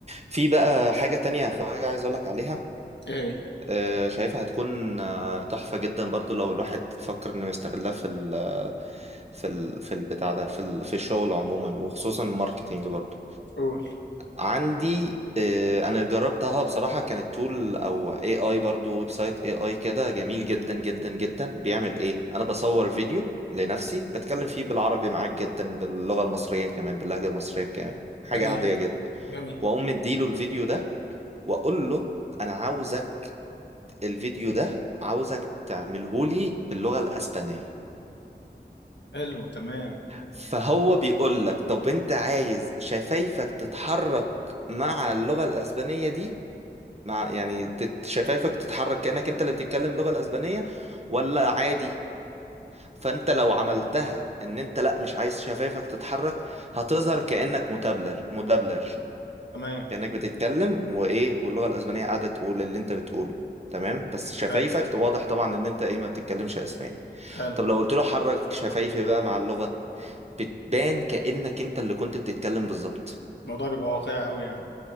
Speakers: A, on the right; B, on the left.
A: في بقى حاجة تانية يا خواجة عايز اقولك عليها
B: إيه
A: آه، شايفها هتكون آه، تحفة جدا برضو لو الواحد فكر انه يستغلها في ال آه، في ال في البتاع ده في ال في الشغل عموما وخصوصا الماركتينج برضو
B: قول
A: عندي آه، انا جربتها بصراحة كانت تول او اي اي برضو ويب سايت اي اي كده جميل جدا جدا جدا بيعمل ايه انا بصور فيديو لنفسي بتكلم فيه بالعربي معاك جدا باللغة المصرية كمان باللهجة المصرية كمان حاجة
B: جميل
A: عادية جدا
B: جميل
A: واقوم مديله الفيديو ده واقول له انا عاوزك الفيديو ده عاوزك تعملهولي باللغة الأسبانية
B: حلو تمام
A: فهو بيقول لك طب انت عايز شفايفك تتحرك مع اللغة الأسبانية دي مع يعني تت- شفايفك تتحرك كأنك انت اللي بتتكلم اللغة الأسبانية ولا عادي فانت لو عملتها ان انت لا مش عايز شفايفك تتحرك هتظهر كأنك مدبلج مدبلج
B: تمام
A: كأنك بتتكلم وايه واللغة الأسبانية قاعدة تقول اللي انت بتقوله تمام بس شفايفك
B: حلو
A: واضح طبعا ان انت ايه ما بتتكلمش اسباني
B: حلو
A: طب لو قلت له حرك شفايفي بقى مع اللغة بتبان كأنك انت اللي كنت بتتكلم بالظبط
B: الموضوع بيبقى واقعي قوي يعني